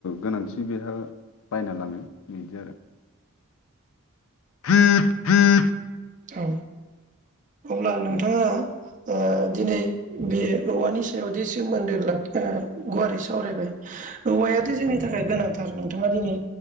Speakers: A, on the left (about 60°); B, on the right (about 35°).
A: गोनांथिबो गोया लांनो बिदि आरो। <unintelligible>
B: औ <inaudible> अब्ला नोंथाङा
A: उम
B: ओ दिनै बे औवानि सायाव जे सोमोन्दो लाखिना गुवारै सावरायबाय औवायादि जोंनि थाखाय गोनांथार नोंथाङा दिनै